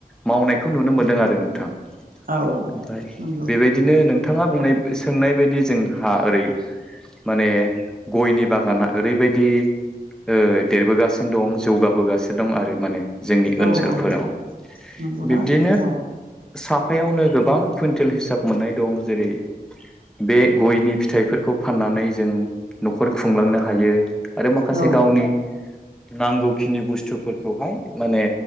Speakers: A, in the centre; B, on the right.
A: मावनायखौ नुनो मोनदों आरो नोंथां
B: औ
A: ओमफ्राय
B: नंगौ
A: बेबायदिनो नों थाङा बुंनाय सोंनाय बायदि जोंहा ओरै माने गयनि बागाना ओरैबायदि ओ देरबोगासिनो दं जौगाबोगासिनो दं आरो माने जोंनि ओनसोलफोराव
B: औ औ नंगौना
A: बिबदि
B: औ
A: साफ आफायावनो गोबां कुइन्टेल हिसाब मोननाय दं जेरै बे गयनि फिथाइफोरखौ फाननानै जों न'खर खुंलांनो हायो आरो माखासे
B: औ
A: गावनि नांगौखिनि बुसथुफोरखौहाय माने